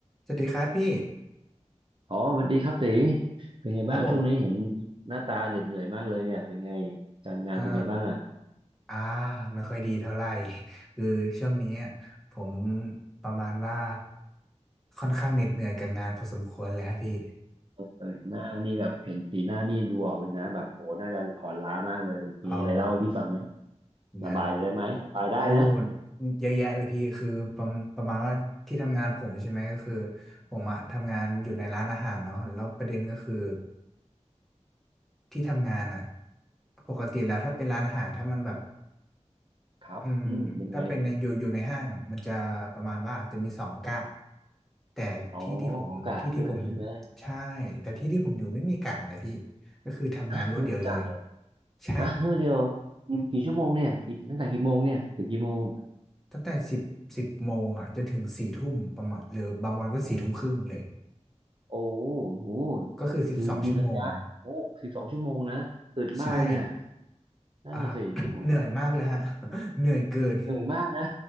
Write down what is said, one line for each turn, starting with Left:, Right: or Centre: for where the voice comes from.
Centre: สวัสดีครับพี่
Right: อ๋อสวัสดีครับตีเป็นไงบ้างช่วงนี้เห็น
Centre: ครับผม
Right: หน้าตาเหน็ดเหนื่อยมากเลยเนี่ยเป็นไงการงานเป็นไงบ้างอ่ะ
Centre: อ่าอ่าไม่ค่อยดีเท่าไหร่ <laughs> คือช่วงนี้อะผมประมาณว่าค่อนข้างเหน็ดเหนื่อยกับงานพอสมควรเลยครับพี่
Right: เออเห็นหน้านี่แบบเห็นสีหน้านี่ดูออกเลยนะแบบโหน่าจะอ่อนล้ามากเลยมีอะไรเล่าให้พี่ฟังไหม
Centre: เอาได้
Right: ระบายได้ไหมระบายได้นะ
Centre: โอ้เยอะแยะเลยพี่คือประมประมาณว่าที่ทำงานผมใช่ไหมก็คือผมอะทำงานอยู่ในร้านอาหารเนาะแล้วประเด็นก็คือที่ทำงานอะปกติแล้วถ้าเป็นร้านอาหารถ้ามันแบบ
Right: ครับอืมเป็นไงอะ
Centre: อืมถ้าเป็นในอยู่อยู่ในห้างมันจะประมาณว่าจะมีสองกะแต่ที่ที่ผมที่ที่ผม
Right: อ๋อก็กะช่วยใช่ไหม
Centre: ใช่แต่ที่ที่ผมอยู่ไม่มีกะนะพี่ก็คือทำงานรวดเดียวเลย
Right: ฮะไม่มีกะ
Centre: ใช่
Right: ฮะเท่าเดียวกี่กี่ชั่วโมงเนี่ยกี่ตั้งแต่กี่โมงเนี่ยถึงกี่โมง
Centre: ตั้งแต่สิบสิบโมงอ่ะจนถึงสี่ทุ่มประมาณหรือบางวันก็สี่ทุ่มครึ่งเลย
Right: โอ้โอ้โห
Centre: ก็คือสิบสองชั่วโมง
Right: ยืนยืนระยะโอ้สิบสองชั่วโมงนะอึดมากเลยเนี่ย
Centre: ใช่
Right: นั่นน่ะสิโอ้โห
Centre: อ่ะ <coughs> เหนื่อยมากเลยฮะ <laughs> เหนื่อยเกิน
Right: เหนื่อยมากนะ